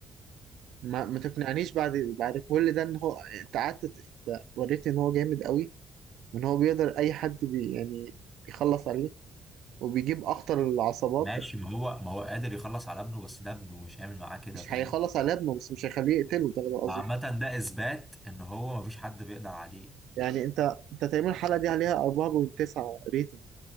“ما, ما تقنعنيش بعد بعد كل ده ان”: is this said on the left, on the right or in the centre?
Right